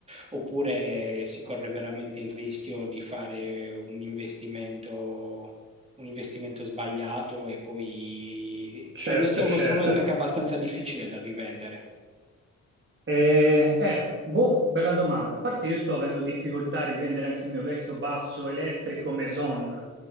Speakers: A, on the right; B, on the right.
A: oppure si corre veramente il rischio di fare un investimento un investimento sbagliato e poi
B: certo,
A: credo sia uno
B: certo.
A: strumento anche abbastanza difficile da rivendere.
B: Eh, eh, boh, bella domanda. A parte io sto avendo difficoltà a rivendere anche il mio vecchio basso elettrico Maison,